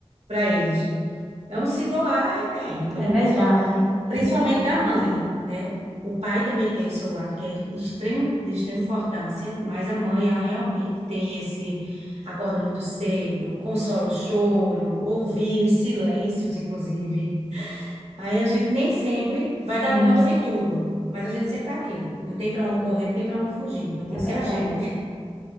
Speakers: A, on the right; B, in the centre.
A: para eles. Então, se doar é eterno, pelo-
B: é verdade,
A: principalmente
B: é verdade.
A: da mãe, né? O pai também tem o seu lado, que é extremo, de extrema
B: Sim,
A: importância, mas a mãe, ela realmente tem esse, acorda muito cedo, consola o choro, ouvir os silêncios, inclusive. Aí a gente nem sempre
B: sim,
A: vai dar conta
B: sim,
A: de tudo, mas a gente sempre tá aqui. Não tem para onde correr, não tem para onde fugir, vai ter
B: é
A: que
B: verdade,
A: ser a gente.